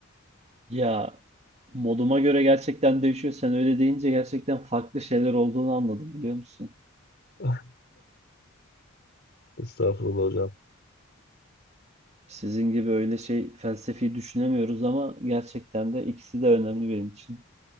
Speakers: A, on the right; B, on the left.
A: Ya moduma göre gerçekten değişiyor. Sen öyle deyince gerçekten farklı şeyler olduğunu anladım biliyor musun?
B: <laughs> Estağfurullah hocam.
A: Sizin gibi öyle şey felsefi düşünemiyoruz ama gerçekten de ikisi de önemli benim için.